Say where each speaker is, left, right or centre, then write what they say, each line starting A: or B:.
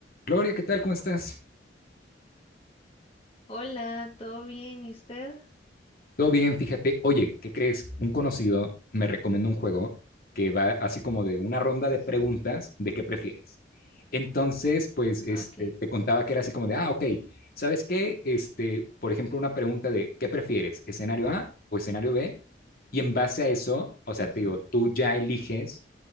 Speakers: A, on the left (about 55°); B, on the left (about 30°).
A: Gloria, ¿qué tal? ¿Cómo estás?
B: Hola, ¿todo bien? ¿Y usted?
A: Todo bien, fíjate. Oye, ¿qué crees? Un conocido me recomendó un juego que va así como de una ronda de
B: Ujú,
A: preguntas de qué prefieres. Entonces, pues, este,
B: Ok,
A: te contaba que era así como de, ah, ok, ¿sabes qué? Este, por ejemplo, una pregunta de ¿qué prefieres? ¿Escenario A o escenario B? Y en base a eso, o sea,
B: ujú,
A: te digo, tú ya eliges